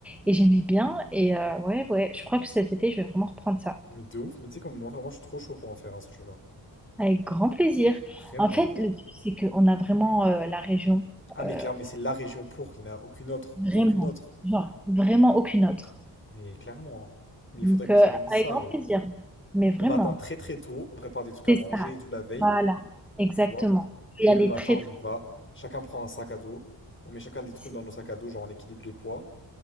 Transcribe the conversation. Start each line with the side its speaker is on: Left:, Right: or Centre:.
Centre: et j'aimais bien et heu, ouais, ouais, je crois que cet été, je vais vraiment reprendre
Left: <laughs>
Centre: ça.
Left: Mais de ouf, mais tu sais comme moi vraiment je suis trop chaud pour en faire un si tu veux.
Centre: Avec grand plaisir.
Left: Vraiment.
Centre: En fait, le truc, c'est qu'on a vraiment, heu, la région,
Left: Ah mais
Centre: heu,
Left: clairement, mais c'est la région pour, qu'il n'y en a aucune autre,
Centre: vraiment,
Left: aucune autre.
Centre: genre vraiment aucune autre.
Left: Mais clairement. hein. Mais il
Centre: Donc,
Left: faudrait qu'on
Centre: heu,
Left: s'organise
Centre: avec
Left: ça,
Centre: grand
Left: ouais.
Centre: plaisir, mais vraiment,
Left: Le matin, très très tôt, on prépare des trucs
Centre: c'est
Left: à manger
Centre: ça.
Left: et tout la veille,
Centre: Voilà, exactement.
Left: tu vois.
Centre: Je
Left: Et
Centre: vais y aller
Left: le matin,
Centre: très,
Left: on
Centre: très
Left: y va. Chacun prend un sac à dos. On met chacun des trucs
Centre: c'est
Left: dans nos sacs à dos, genre on équilibre les poids.